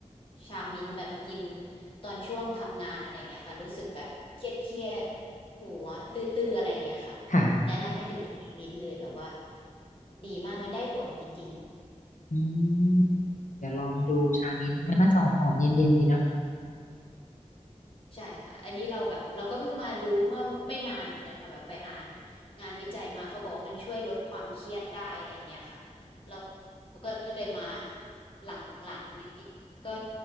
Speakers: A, on the left (about 45°); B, on the left (about 85°).
A: ชามิ้นท์แบบกินตอนช่วงทำงานอะไรเงี้ยค่ะรู้สึกแบบเครียดเครียดหัวตื้อๆอะไรเงี้ยค่ะ
B: ๆค่ะ
A: แนะนำให้ดื่มชามิ้นท์เลยแบบว่าดีมากมันได้ผลจริง
B: อืมเดี๋ยวลองดูชามิ้นท์มันน่าจะหอมหอมเย็นเย็นๆดีนะ
A: ใช่ค่ะอันนี้เราแบบเราก็เพิ่งมารู้เมื่อไม่นานเหมือนกันค่ะแบบไปอ่านงานวิจัยมาเขาบอกว่ามันช่วยลดความเครียดได้อะไรอย่างเงี้ยค่ะเราก็เลยมาหลังๆนี้ก็